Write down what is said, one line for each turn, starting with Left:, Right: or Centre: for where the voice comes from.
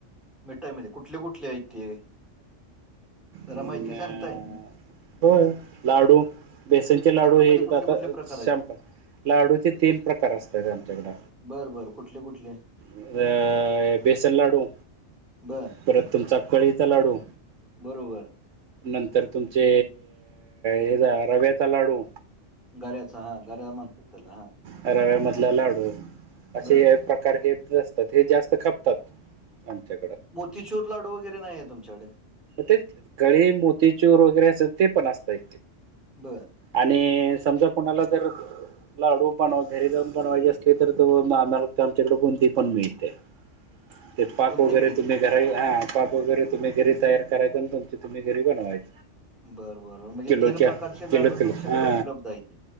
Centre: मिठाईमध्ये कुठले कुठले आहेत ते. जरा
Right: ह्
Centre: माहिती सांगताय
Right: होय लाडू. बेसनचे लाडू हे
Centre: मध्ये
Right: एक
Centre: कुठले
Right: दा आता
Centre: कुठले प्रकार
Right: सॅमपल,
Centre: आहेत
Right: लाडूचे तीन प्रकार असतायेत आमच्याकडे
Centre: बर बर कुठले कुठले
Right: अ, बेसन लाडू.
Centre: बर
Right: परत तुमचा कळीचा लाडू.
Centre: बरोबर.
Right: नंतर तुमचे हे जा रव्याचा लाडू.
Centre: गर्याचा हा गर्या म्हनतात तेला हां.
Right: रव्या मधला लाडू असे
Centre: बर
Right: हे पा कारण हेच असतात. हे जास्त खपतात आमच्या
Centre: मोतीचूर लाडू वगैरे नाही आय तुमच्याकडे?
Right: तेच, कळी, मोतीचूर वगैरे असंल, ते पण असतय.
Centre: बरं.
Right: आणि समजा कोणाला जर लाडू बण घरी जाऊन बनवायचे असले तर त आम्हाला आमच्याकडे बुंदी पण मिळते. ते पाक
Centre: बुंदी
Right: वगैरे
Centre: मिळते
Right: तुम्ही घ हा पाक वगैरे तुम्ही घरी तयार करायच, आणि तुमच तुम्ही घरी बनवायच.
Centre: बरं बर म्हणजे
Right: किलोच्या
Centre: तीन प्रकारचे लाडू
Right: किलो किलो
Centre: तुमच्याकडे
Right: हा
Centre: उपलब्ध हायती.